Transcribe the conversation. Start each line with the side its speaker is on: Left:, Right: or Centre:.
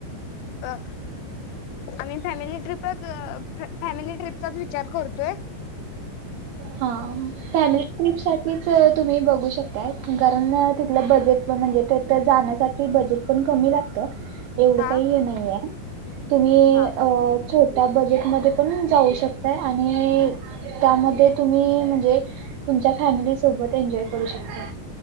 Left: अं आम्ही फॅमिली ट्रिपचं फॅमिली ट्रिपचाच विचार करतोय.
Right: हा फॅमिली ट्रिप साठी ट्रीपच तुम्ही बघू शकताय. कारण तिथलं बजेट पण म्हणजे तिथे, जाण्यासाठी बजेट पण कमी लागत. एवढं
Left: हा
Right: काही नाहीय. तुम्ही
Left: हा
Right: अ छोट त्या बजेटमध्ये पण जाऊ शकतय आणि त्यामध्ये तुम्ही म्हणजे तुमच्या फॅमिली सोबत एंजॉय करू शकताय.